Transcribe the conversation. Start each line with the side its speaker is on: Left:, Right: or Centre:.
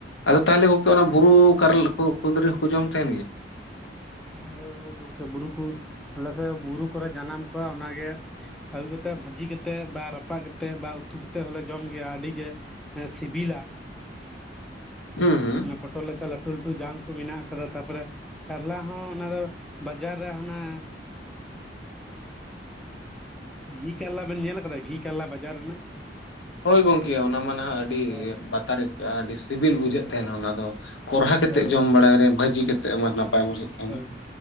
Left: ᱟᱫᱚ ᱛᱟᱦᱚᱞᱮ
Centre: ᱟᱪᱪᱷᱟ
Left: ᱜᱚᱝᱠᱮ ᱵᱩᱨᱩ ᱠᱟᱨᱞᱟ ᱠᱚ ᱠᱩᱸᱫᱽᱨᱤ ᱦᱚᱸᱠᱚ ᱡᱚᱢ ᱛᱟᱦᱮᱱ ᱜᱮᱭᱟ
Centre: ᱦᱳᱭ ᱦᱳᱭ ᱜᱚᱝᱠᱮ ᱵᱩᱨᱩ ᱠᱚ ᱟᱞᱮ ᱵᱩᱨᱩ ᱠᱚᱨᱮ ᱡᱟᱱᱟᱢ ᱠᱚᱣᱟ ᱚᱱᱟᱜᱮ ᱟᱹᱜᱩ ᱠᱟᱛᱮᱫ ᱵᱷᱟᱹᱡᱤ ᱠᱟᱛᱮᱫ ᱵᱟ ᱨᱟᱯᱟᱜ ᱠᱟᱛᱮᱜ ᱵᱟ ᱩᱛᱩ ᱠᱟᱛᱮᱫ ᱦᱚᱞᱮ ᱡᱚᱢ ᱜᱮᱭᱟ ᱟᱹᱰᱤ ᱜᱮ ᱥᱤᱵᱤᱞᱟ,
Left: ᱦᱩᱸ ᱦᱩᱸ
Centre: ᱢᱟᱱᱮ ᱯᱚᱴᱚᱞ ᱞᱮᱠᱟ ᱞᱟᱴᱩ ᱞᱟᱹᱴᱩ ᱡᱟᱝ ᱠᱚ ᱢᱮᱱᱟᱜ ᱟᱠᱟᱫᱟ ᱛᱟᱯᱚᱨᱮ ᱠᱟᱨᱞᱟ ᱦᱚᱸ ᱚᱱᱟ ᱫᱚ ᱵᱟ ᱡᱟᱨ ᱨᱮ ᱦᱟᱱᱟ ᱜᱷᱤ ᱠᱟᱨᱞᱟ ᱵᱮᱱ ᱧᱮᱞ ᱟᱠᱟᱫᱟ ᱜᱷᱤ ᱠᱟᱨᱞᱟ ᱵᱟᱡᱟᱨ ᱨᱮᱱᱟᱜ
Left: ᱦᱳᱭ ᱜᱚᱝᱠᱮ ᱚᱱᱟ ᱢᱟ ᱱᱟᱦᱟᱜ ᱟᱹᱰᱤ
Centre: ᱦᱮᱸ ᱦᱮᱸ
Left: ᱵᱟᱛᱟᱨ ᱟᱹᱭᱠᱟᱹ ᱟᱹᱰᱤ ᱥᱤᱵᱤᱞ ᱵᱩᱡᱷᱟᱹᱜ
Centre: ᱦᱳᱭ
Left: ᱛᱟᱦᱮᱱᱟ ᱚᱱᱟ ᱫᱚ ᱠᱚᱨᱦᱟ ᱠᱟᱛᱮᱫ
Centre: ᱦᱳᱭ
Left: ᱡᱚᱢ ᱵᱟᱲᱟᱭ ᱟᱞᱮ ᱵᱷᱟᱹᱡᱤ ᱠᱟᱛᱮᱫ ᱢᱟ ᱱᱟᱯᱟᱭ ᱵᱩᱡᱷᱟᱹᱜ ᱛᱟᱦᱮᱱᱟ
Centre: ᱦᱳᱭ